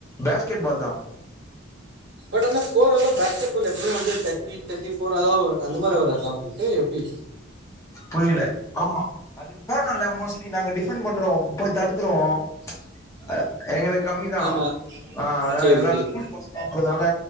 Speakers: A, on the left; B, on the right.
A: பேஸ்கெட் பால் தான்
B: பட் ஆனா ஸ்கோர் எல்லா பேஸ்கட் பால்ல எப்பவுமே வந்து தேர்டி தேர்ட்டி ஃபோர் அத மாரி அந்த மாரி வராதா உங்களுக்கு எப்டி
A: புரியல ஆமா அது போனும்ல்ல மோஸ்ட்லி நாங்க டி ஃபன்ட் பண்றோ போய் தடுத்துருவோ அ எங்களுக்கு கம்மி தா
B: ஆமா
A: ஆஹ் அதா
B: சரி
A: எல்லா
B: சரி
A: ஸ்கூல் பசங்கன்றதுனால